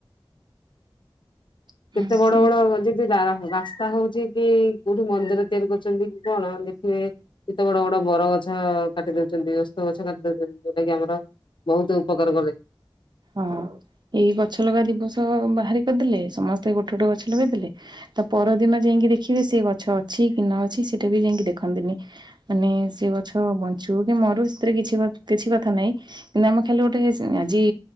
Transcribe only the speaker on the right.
ହଁ
ସେଇ
ହଁ, ଏଇ ଗଛ ଲଗା ଦିବସ ବାହାରି କରିଦେଲେ, ସମସ୍ତେ ଗୋଟେ ଗୋଟେ ଗଛ ଲଗେଇଦେଲେ। ତା ପରଦିନ ଯାଇକି ଦେଖିବେ, ସେ ଗଛ ଅଛି କି ନ ଅଛି, ସେଟା ବି ଯାଇକି ଦେଖନ୍ତିନି। ମାନେ, ସେ ଗଛ ବଞ୍ଚୁ କି ମରୁ, ସେଥିରେ କିଛି କିଛି କଥା ନାହିଁ। କିନ୍ତୁ ଆମେ ଖାଲି ଗୋଟେ ଆଜି